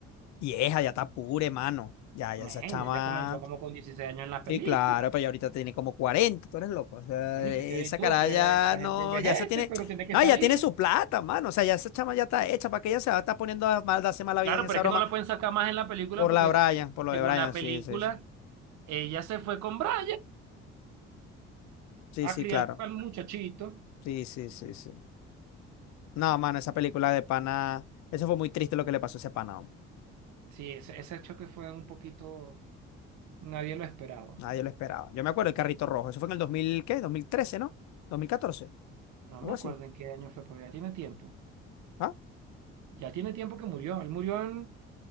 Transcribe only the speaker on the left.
vieja, ya está pura, mano. Ya,
ya esa chama.
Sí,
claro, pero ya ahorita tiene como 40, tú eres loco. O sea,
esa
cara
ya
no,
ya se tiene,
no,
ya tiene su plata, mano. O sea, ya esa chama ya está hecha, ¿para que ella se va a estar poniendo a mal, darse mala vida
en esa
broma?
Por
la Brian,
por lo
de Brian,
sí, sí, sí.
Sí, sí,
claro.
Sí, sí, sí, sí. No, mano, esa película de pana, eso fue muy triste lo que le pasó a ese pana. hombre.
Nadie lo esperaba. Yo me acuerdo el carrito rojo, eso fue en el 2000 ¿qué? dos mil trece, ¿no? dos mil catorce,
algo
así.
¿Ah?